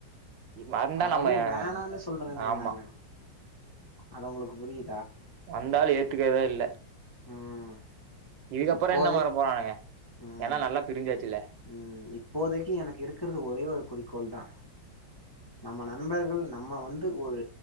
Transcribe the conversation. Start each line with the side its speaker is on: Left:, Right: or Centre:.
Right: இ மரந்
Left: வரவும்
Right: தா நம்மய
Left: வேணான்னு சொல்றேனே
Right: ஆமா
Left: நானு. அது அவுங்களுக்கு புரியி
Right: வந்தால் ஏற் <unintelligible> இல்ல
Left: ம்
Right: இதுக்கப்புறம்
Left: இப்போதைக்
Right: என்ன மாற போறானுங்க?
Left: உம்
Right: ஏன்னா நல்லா பிரிஞ்சாச்சுல்ல.
Left: உம் இப்போதைக்கி எனக்கு இருக்குறது ஒரே ஒரு குறிக்கோள்தா நம்ம நண்பர்கள் நம்ம வந்து ஒரு